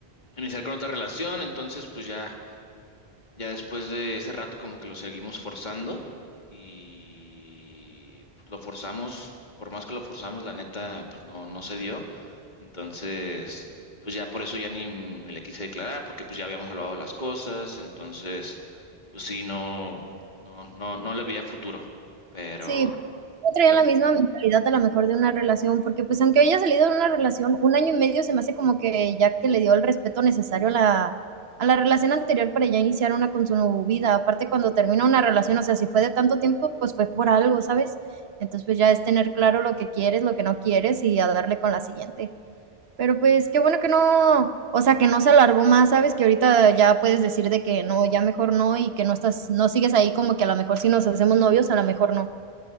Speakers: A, on the left (about 45°); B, on the right (about 75°).
A: iniciar con otra relación, entonces pues ya ya después de ese rato como que lo seguimos forzando y pues, lo forzamos, por más que lo forzamos, la neta pues no, no se dio. Entonces, pues ya por eso ya ni me le quise declarar porque pues ya habíamos hablado de las cosas, entonces pues sí, no, no, no, no le veía futuro, pero,
B: Sí, no traían
A: pero
B: la
A: pues,
B: misma mentalidad a lo mejor de una relación, porque pues aunque haya salido de una relación, un año y medio se me hace como que ya que le dio el respeto necesario a la, a la relación anterior para ya iniciar una con su vida. Aparte cuando termina una relación, o sea, si fue de tanto tiempo, pues fue por algo, ¿sabes? Entonces pues ya es tener claro lo que quieres, lo que no quieres y a darle con la siguiente. Pero pues qué bueno que no, o sea, que no se alargó más, ¿sabes? Que ahorita ya puedes decir de que no, ya mejor no y que no estás, no sigues ahí como que a lo mejor si nos hacemos novios, a lo mejor no.